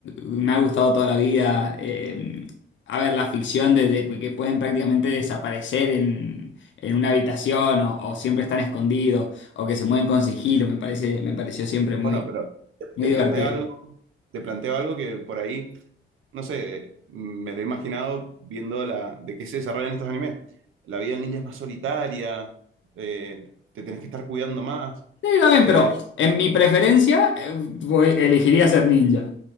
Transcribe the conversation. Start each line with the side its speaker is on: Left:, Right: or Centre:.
Left: me ha gustado toda la vida, eh, a ver, la ficción de, de que pueden prácticamente desaparecer en, en una habitación o, o siempre están escondidos o que se mueven con sigilo, me parece, me pareció siempre muy,
Right: Bueno, pero
Left: muy
Right: te
Left: divertido.
Right: planteo algo, te planteo algo que por ahí, no sé, me lo he imaginado viendo la, de qué se desarrollan estos animes. La vida del ninja es más solitaria, eh, te tenés que estar cuidando más,
Left: Sí, también,
Right: eh,
Left: pero en mi preferencia, eh, voy- elegiría ser ninja.